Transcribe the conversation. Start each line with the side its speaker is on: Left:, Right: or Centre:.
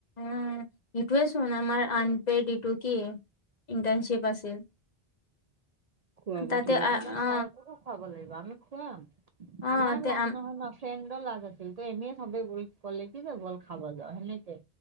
Left: অহ ইটোৱে চোন আমাৰ আনপেড ইটো কি ইণ্টাৰ্নশ্বিপ আছিল
Right: খোৱাবতো
Left: তাতে
Right: লাগে আমাৰ ছাৰকো
Left: অ
Right: খুৱাব লাগিব আমি খোৱাম
Left: অ
Right: আমাৰ
Left: তে
Right: লাভ নহয় ন ফ্ৰেণ্ডৰ লাজ আছিল তই এনে চবে বল ক'লে কি যে বল খাব যাওঁ সেনেকে